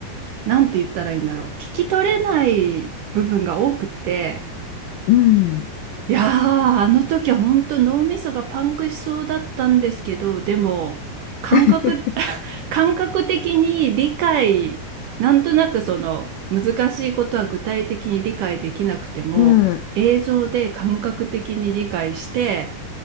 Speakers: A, on the right; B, on the left.
A: なんて言ったらいいんだろう。聞き取れない部分が多くて、
B: うんうんうん。うん。
A: いやー、あの時は本当脳みそがパンクしそうだったんですけど、でも、感覚、
B: <laughs>
A: <laughs> 感覚的に理解、なんとなくその難しいことは具体的に理解できなくても、
B: うん、
A: 映像で感覚的に理解して、